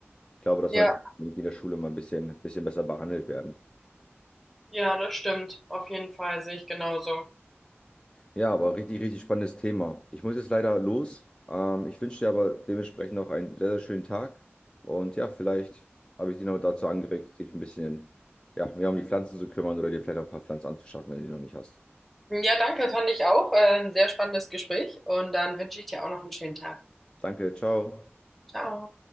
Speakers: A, on the left; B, in the centre.
A: Ich glaube, das
B: Ja.
A: sollte in der Schule mal ein bisschen, bisschen besser behandelt werden.
B: Ja, das stimmt. Auf jeden Fall sehe ich genauso.
A: Ja, aber richtig, richtig spannendes Thema. Ich muss jetzt leider los. Ähm, ich wünsche dir aber dementsprechend noch einen sehr, sehr schönen Tag. Und ja, vielleicht habe ich dich noch dazu angeregt, dich ein bisschen, ja, mehr um die Pflanzen zu kümmern oder dir vielleicht noch ein paar Pflanzen anzuschaffen, wenn du die noch nicht hast.
B: Ja, danke, fand ich auch. Äh, Ein sehr spannendes Gespräch und dann wünsche ich dir auch noch einen schönen Tag.
A: Danke, ciao.
B: Ciao.